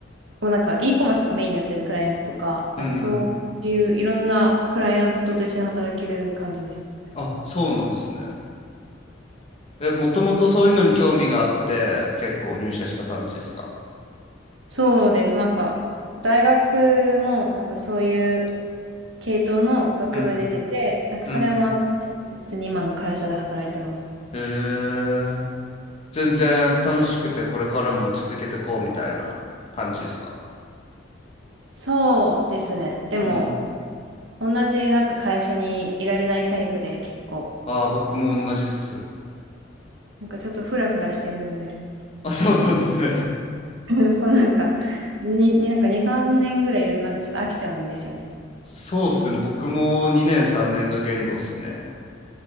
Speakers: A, on the right; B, on the left.
A: をなんか e コマースとかメインにやってるクライアントとか、
B: うんうん。
A: なんかそういういろんなクライアントと一緒に働ける感じですね。
B: あ、そうなんですね。え、もともとそういうのに興味があって、結構入社した感じですか
A: そうです。なんか大学もなんかそういう系統の学部出てて、
B: うん、
A: なんかそれもあって、
B: うん。
A: 普通に今の会社で働いてます。
B: へえ。全然楽しくて、これからも続けてこうみたいな感じですか
A: そうですね。でも
B: うん。
A: 同じなんか会社にいられないタイプで結構、
B: ああ、僕も同じっす。
A: なんかちょっとフラフラしてるんで、
B: あ、そうなんですね。
A: <laughs> そうなんか、に、になんか2、3年ぐらいいるとなんかちょっと飽きちゃうんですよね。
B: そうっすよね。僕も2年3年が限度っすね。